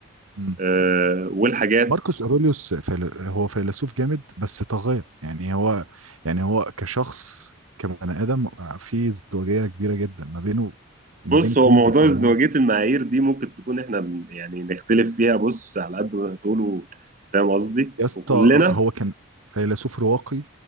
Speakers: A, on the right; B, on the right.
A: مم.
B: آه، والحاجات
A: ماركوس اوروليوس فيل- هو فيلسوف جامد بس طاغية يعني هو يعني هو كشخص كبني ادم في ازدواجية كبيرة جدا ما بينه
B: بص
A: ما بين كونه
B: هو موضوع
A: ان
B: ازدواجية
A: هو
B: المعايير دي ممكن تكون إحنا بن- يعني نختلف فيها بص على قد ما تقولوا فاهم قصدي؟
A: يا اسطى
B: وكلنا
A: هو كان فيلسوف رواقي